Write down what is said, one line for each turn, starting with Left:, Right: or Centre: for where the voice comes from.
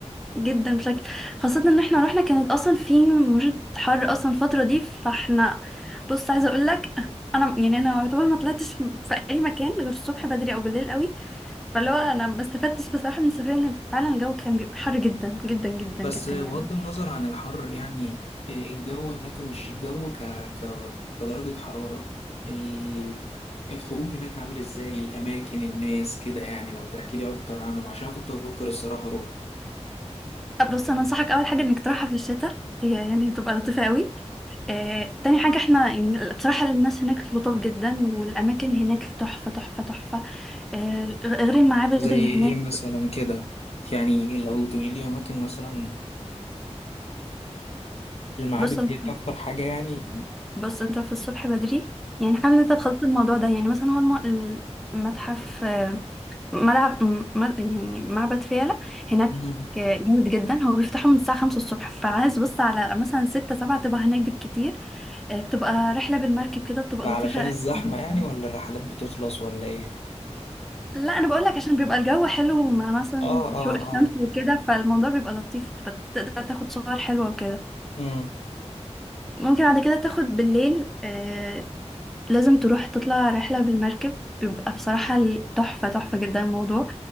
Centre: جدا بشكل خاصة ان احنا رحنا كانت اصلا في موجة حر اصلا الفترة دي فاحنا بص عايزة اقول لك انا يعني انا يعتبر ما طلعتش في اي مكان غير الصبح بدري او بالليل قوي فلو انا ما استفدتش بصراحة من السفرية لان فعلا الجو كان بيبقى حر جدا جدا جدا
Left: بس
Centre: جدا
Left: بغض
Centre: يعني
Left: النظر عن الحر يعني الجو هناك مش الجو ك... ك... كدرجه حراره ال... الخروج هناك عامل ازاي الاماكن الناس كده يعني لو تحكي لي اكتر عنهم عشان كنت بفكر الصراحه اروح
Centre: طب بص انا انصحك اول حاجة انك تروحها في الشتاء هي يعني تبقى لطيفة قوي آه، تاني حاجة احنا يعني بصراحة الناس هناك لطاف جدا والأماكن هناك تحفة تحفة تحفة آه، غ- غير المعابد
Left: زي
Centre: اللي
Left: ايه
Centre: هناك
Left: مثلا كده يعني لو تقولي لي اماكن مثلا المعابد
Centre: بص أنت
Left: دي أكتر حاجة يعني
Centre: بص انت في الصبح بدري يعني حابب ان انت تخطط الموضوع ده يعني مثلا هو الم- المتحف آه، ملعب م- مل- يعني معبد فيلة هناك
Left: مم.
Centre: آه، جامد جدا هو بيفتحه من الساعة خمسة الصبح فعايز بص على مثلا ستة سبعة تبقى هناك بالكتير آه، بتبقى رحلة بالمركب كده بتبقى
Left: ده
Centre: لطيفة
Left: علشان الزحمة
Centre: جدا
Left: يعني ولا الرحلات بتخلص ولا إيه؟
Centre: لا انا بقول لك عشان بيبقى الجو حلو مع مثلا
Left: آه آه
Centre: شروق الشمس
Left: آه
Centre: وكده فالموضوع بيبقى لطيف بتبقى تقدر تاخد صور حلوة وكده
Left: مم.
Centre: ممكن بعد كده تاخد بالليل آه، لازم تروح تطلع رحلة بالمركب بيبقى بصراحة تحفة تحفة جدا الموضوع